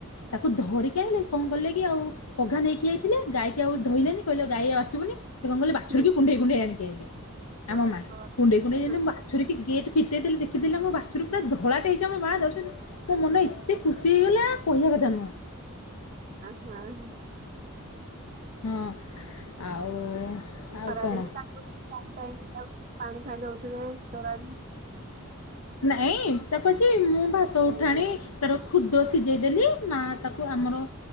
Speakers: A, on the left; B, on the right.
A: ତାକୁ ଧରିକି ଆଇଲେ କଣ କଲେ କି ଆଉ ପଘା ନେଇକି ଯାଇଥିଲେ ଗାଈ କି ଆଉ ଧଇଲେନି କହିଲେ ଗାଈ ଆଉ ଆସିବନି ସେ କଣ କଲେ ବାଛୁରୀକି
B: ହୁଁ।
A: କୁଣ୍ଡେଇ କୁଣ୍ଡେଇ ଆଣିିକି ଆଇଲେ ଆମ
B: ଓହୋ
A: ମାଆ। କୁଣ୍ଡେଇ କୁଣ୍ଡେଇ ଯେମିତି
B: ହଁ
A: ବାଛୁରୀ କି ଗେଟ ଫିଟେଇ ଦେଲି ଦେଖିଦେଲି ଆମ ବାଛୁରୀ ପୁରା ଧଳା ଟେ ହେଇଚି ଆମ ମାଆ ଜ ମୋ ମନ ଏତେ ଖୁସି ହେଇଗଲା କହିବା କଥା ନୁହଁ।
B: ଆ ହଁ
A: ହଁ ଆଉ ଆଉ
B: ଖରାଦିନ
A: କଣ
B: ତାଙ୍କୁ ପାଣି ଫାନି ଦଉଥିବେ ତୋରାଣି
A: ନାଇଁ ତା କହିଛି ମୁଁ ଭାତ ଉଠାଣି ତାର ଖୁଦ ସିଜେଇ ଦେଲି। ନା ତାକୁ ଆମର